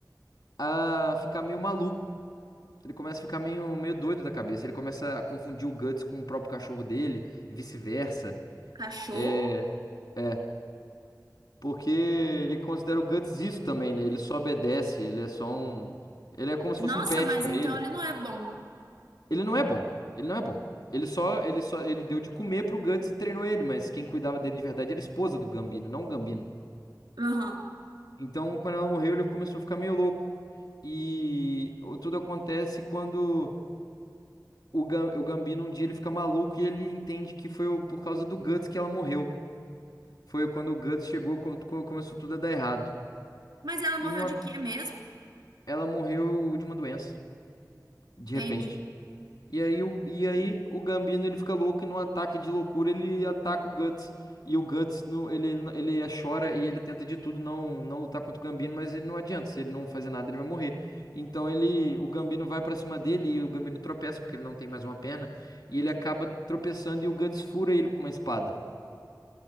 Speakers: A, on the left; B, on the right.
A: a ficar meio maluco. Ele começa a ficar meio, meio doido da cabeça. Ele começa a confundir o Guts com o próprio cachorro dele, e vice-versa.
B: Cachorro?
A: É, é, Porque ele considera o Guts isso também, né? Ele só obedece, ele é só um. Ele é como se
B: Nossa,
A: fosse um pet
B: mas
A: pra
B: então
A: ele.
B: ele não é bom.
A: Ele não é bom. Ele não é bom. Ele só, ele só, ele deu de comer pro Guts e treinou ele, mas quem cuidava dele de verdade era a esposa do Gambino, não o Gambino.
B: Aham.
A: Então, quando ela morreu, ele começou a ficar meio louco. E o- tudo acontece quando o, Gam- o Gambino um dia ele fica maluco e ele entende que foi o- por causa do Guts que ela morreu. Foi quando o Guts chegou, co- co- começou tudo a dar errado.
B: Mas ela morreu
A: E numa-
B: de quê mesmo?
A: ela morreu de uma doença. de
B: Entende?
A: repente. E aí o, e aí o Gambino ele fica louco e num ataque de loucura ele ataca o Guts. E o Guts no, ele, ele é, chora e ele tenta de tudo não não lutar contra o Gambino, mas ele não adianta, se ele não fazer nada ele vai morrer. Então ele o Gambino vai pra cima dele e o Gambino tropeça porque ele não tem mais uma perna e ele acaba tropeçando e o Guts fura ele com uma espada